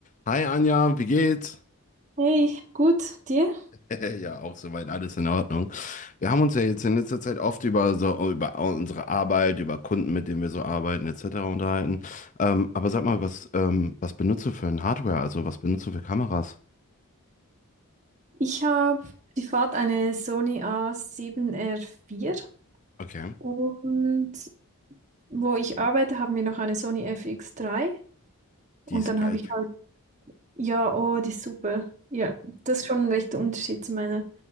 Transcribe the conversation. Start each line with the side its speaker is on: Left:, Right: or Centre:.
Left: Hi Anja, wie geht's?
Right: Hey, gut, dir?
Left: <laughs> Ja, auch soweit alles in Ordnung. Wir haben uns ja jetzt in letzter Zeit oft über so über unsere Arbeit, über Kunden, mit denen wir so arbeiten, etc. unterhalten. Ähm, aber sag mal, was ähm, was benutzt du für ein Hardware? Also was benutzt du für Kameras?
Right: Ich habe privat eine Sony a 7 r vier
Left: Okay.
Right: und wo ich arbeite, haben wir noch eine Sony fx drei und
Left: Die Skype.
Right: dann habe ich halt, ja, oh, die ist super. Ja, das ist schon ein rechter Unterschied zu meiner